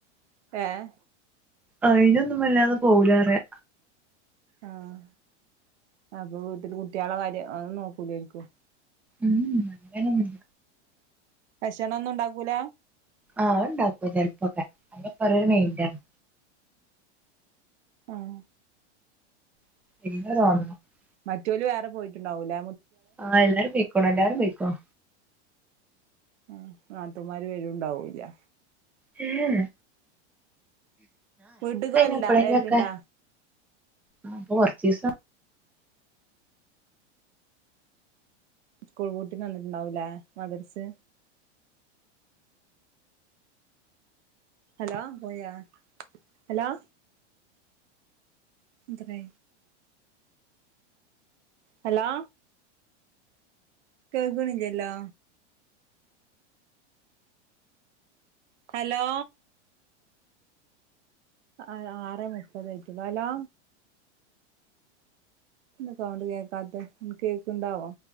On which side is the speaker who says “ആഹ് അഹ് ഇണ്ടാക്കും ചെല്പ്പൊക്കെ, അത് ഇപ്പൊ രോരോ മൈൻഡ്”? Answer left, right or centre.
Centre